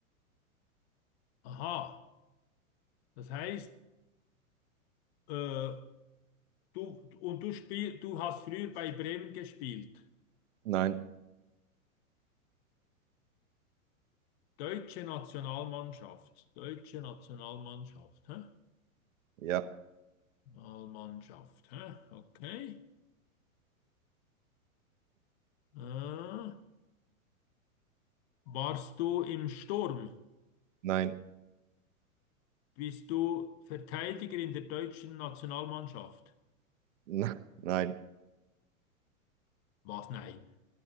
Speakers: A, on the left; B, on the right.
A: Aha, das heißt, äh, Du, und du spiel, du hast früher bei Bremen gespielt.
B: Nein,
A: Deutsche Nationalmannschaft. Deutsche Nationalmannschaft. Hä?
B: ja,
A: Nationalmannschaft. Hä? Okay. Äh, warst du im Sturm?
B: nein,
A: Bist du Verteidiger in der deutschen Nationalmannschaft?
B: nein, <laughs> nein,
A: Was? Nein.